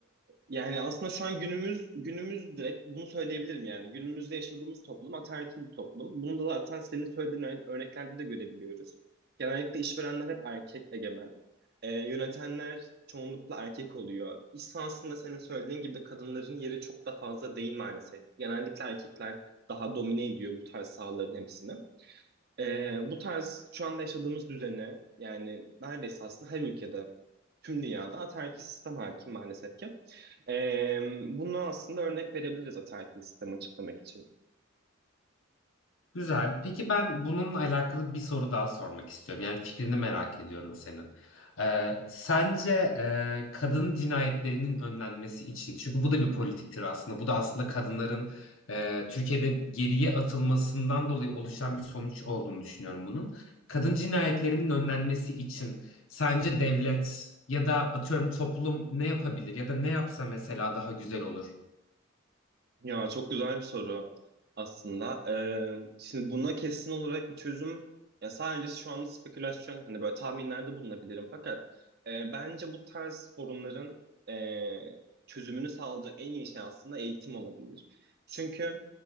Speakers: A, on the right (about 50°); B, on the left (about 80°).
A: yani aslında şu an günümüz günümüz direkt bunu söyleyebilirim yani günümüzde yaşadığımız toplum ataerkil bir toplum. Bunu da zaten senin söylediğin ör- örneklerde de görebiliyoruz. Genellikle işverenler hep erkek egemen. E, yönetenler çoğunlukla erkek oluyor. İş sahasında senin söylediğin gibi kadınların yeri çok da fazla değil maalesef. Genellikle erkekler daha domine ediyor bu tarz sahaların hepsini. Ee, bu tarz şu anda yaşadığımız düzene yani neredeyse aslında her ülkede tüm dünyada ataerkil sistem hakim maalesef ki. Ee, bunu aslında örnek verebiliriz ataerkil sistemi açıklamak için.
B: Güzel. Peki ben bununla alakalı bir soru daha sormak istiyorum. Yani fikrini merak ediyorum senin. Ee, sence e, kadın cinayetlerinin önlenmesi için, çünkü bu da bir politiktir aslında. Bu da aslında kadınların e, Türkiye'de geriye atılmasından dolayı oluşan bir sonuç olduğunu düşünüyorum bunun. Kadın cinayetlerinin önlenmesi için sence devlet ya da atıyorum toplum ne yapabilir ya da ne yapsa mesela daha güzel olur?
A: Ya çok güzel bir soru aslında. Ee, şimdi buna kesin olarak bir çözüm ya sadece şu anda spekülasyon hani böyle tahminlerde bulunabilirim fakat e, bence bu tarz sorunların e, çözümünü sağlayacak en iyi şey aslında eğitim olabilir. Çünkü